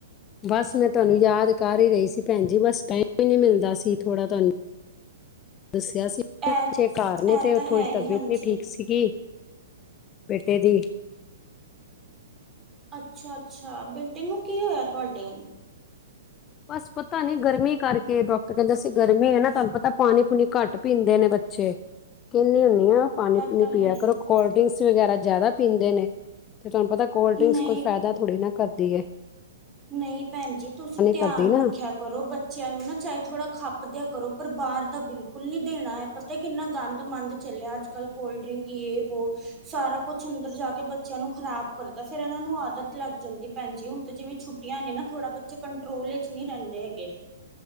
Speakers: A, on the left; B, on the right.
A: ਬਾਸ ਮੈਂ ਤੁਹਾਨੂੰ ਯਾਦ ਕਰ ਹੀ ਰਹੀ ਸੀ ਭੈਣ ਜੀ ਬਸ ਟਾਈਮ ਹੀ ਨੀ ਮਿਲਦਾ ਸੀ ਥੋੜਾ ਤਾਨੂੰ। ਦੱਸੇਆ ਸੀ
B: ਇਹ
A: ਚੇ ਕਾਰ ਨੇ,
B: ਇਹ
A: ਤੇ
B: ਤਾਂ
A: ਉਹ ਥੋੜੀ
B: ਹੈ ਹੀ
A: ਤਬੀਅਤ
B: ਹਾਂਜੀ
A: ਨਹੀਂ ਠੀਕ ਸੀਗੀ ਬੇਟੇ ਦੀ।
B: ਅੱਛਾ-ਅੱਛਾ ਬੇਟੇ ਨੂੰ ਕੀ ਹੋਏਆ ਤੁਆਡੇ?
A: ਬਸ ਪਤਾ ਨੀ ਗਰਮੀ ਕਰਕੇ ਡੋਕਟਰ ਕੇਂਦਾ ਸੀ ਗਰਮੀ ਏ ਨਾ, ਤੁਹਾਨੂੰ ਪਤਾ ਪਾਣੀ ਪੂਣੀ ਕਾਟ ਪੀਂਦੇ ਨੇ ਬ ਚੇ ਕੇਹਨੀ ਹੁੰਨੀ ਆ ਪਾਣੀ ਪੂਣੀ
B: ਤਾਂ
A: ਪਿਆ
B: ਹੈ ਹੀ
A: ਕਰੋ ਕੋਲ ਡਰਿੰਕਸ ਵਗੈਰਾ ਜ਼ੇਆਦਾ ਪੀਂਦੇ ਨੇ, ਤੇ ਤੁਆਨੂੰ ਪਤਾ ਏ ਕੋਲਡ ਡਰਿੰਕਸ
B: ਨਹੀਂ
A: ਕੋਈ ਫਾਏਦਾ ਥੋੜ੍ਹੀ ਨਾ ਕਰਦੀ ਏ।
B: ਨਈ ਭੈਣ ਜੀ ਤੁਸੀਂ ਧਿਆਨ
A: ਕਰਦੀ ਨਾ,
B: ਰੱਖੇਆ ਕਰੋ ਬੱਚੇਆਂ ਨੂੰ ਨਾ ਚਾਹੇ ਥੋੜਾ ਖਾਪ ਦੇਆ ਕਰੋ ਪਰ ਬਾਹਰ ਦਾ ਬਿਲਕੁਲ ਨੀ ਦੇਣਾ ਹੈ ਪ ਤਾ ਕਿੰਨਾ ਗਾਂਦ ਮਾਂਦ ਚੱਲੇਆ ਅੱਜ ਕੱਲ੍ਹ ਕੋਲਡ ਡਰਿੰਕ ਯੇ ਵੋ। ਸਾਰਾ ਕੁਛ ਅੰਦਰ ਜਾ ਕੇ ਬੱਚੇਆਂ ਨੂੰ ਖ਼ਰਾਬ ਕਰਦਾ ਫੇਰ ਏਹਨਾਂ ਨੂੰ ਆਦਤ ਲੱਗ ਜਾਂਦੀ ਭੈਣ ਜੀ ਹੁਣ ਤੇ ਜਿਵੇਂ ਛੁੱ ਛੁਟੀਆਂ ਨੇ ਨਾ ਥੋੜਾ ਬੱਚੇ ਕੰਟਰੋਲ ਇੱਚ ਨਈ ਰੇਂਦੇ ਹੈਗੇ,